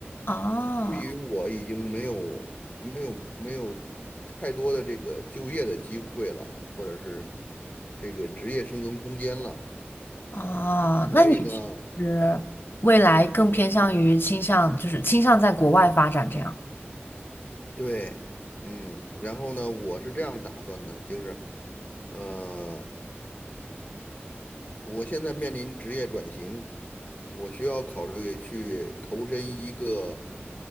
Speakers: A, on the left; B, on the left.
A: 哦。
B: 对于我已经没有没有没有太多的这个就业的机会了，或者是这个职业生存空间了。
A: 哦，那你
B: 所以呢，
A: 是未来更偏向于倾向，就是倾向在国外发展这样
B: 对，嗯，然后呢，我是这样打算的，就是，呃，我现在面临职业转型，我需要考虑去投身一个